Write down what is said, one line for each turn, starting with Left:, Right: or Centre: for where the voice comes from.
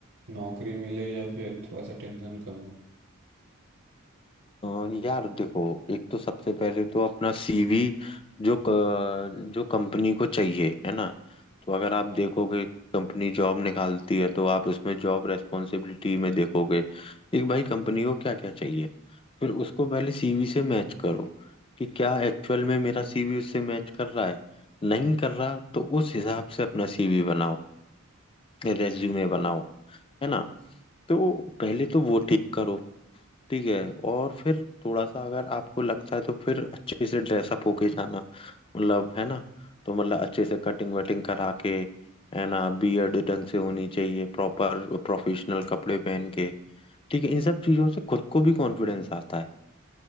Right: नौकरी मिले या फिर थोड़ा सा टेंशन कम हो
Left: अ, यार देखो एक तो सबसे पहले तो अपना सीवी जो क, जो कंपनी को चाहिए है ना तो अगर आप देखोगे कंपनी जॉब निकालती है तो आप उसमें जॉब रेस्पॉन्सिबिलिटी में देखोगे एक भाई कंपनी को क्या क्या चाहिए फिर उसको पहले सीवी से मैच करो कि क्या एक्चुअल में मेरा सीवी उससे मैच कर रहा है नहीं कर रहा तो उस हिसाब से अपना सीवी बनाओ रेज्यूमे बनाओ है ना तो पहले तो वो ठीक करो ठीक है और फिर थोड़ा सा अगर आपको लगता है तो फिर अच्छे से ड्रेसअप होके जाना मतलब है ना तो मतलब अच्छे से कटिंग वटिंग करा के है ना बियर्ड ढंग से होनी चाहिए प्रॉपर प्रोफेशनल कपड़े पहन के ठीक है इन सब चीजों से खुद को भी कॉन्फिडेंस आता है